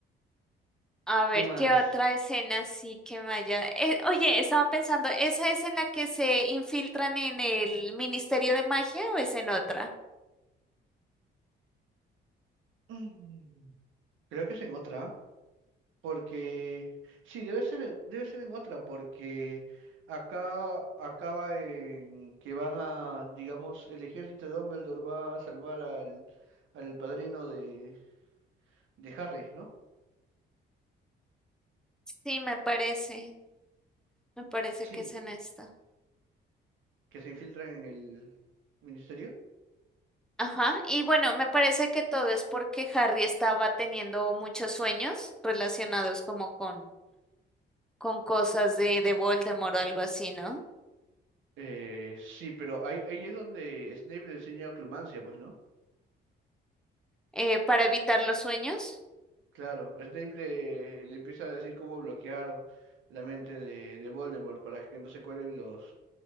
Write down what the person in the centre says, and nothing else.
A ver,
¿qué otra escena sí que me haya... eh, oye, estaba pensando, ¿esa es en la que se infiltran en el Ministerio de Magia o es en otra?
Sí, me parece, me parece
que es en esta.
Ajá, y bueno, me parece que todo es porque Harry estaba teniendo muchos sueños relacionados como con, con cosas de, de Voldemort o algo así, ¿no?
Eh, para evitar los sueños.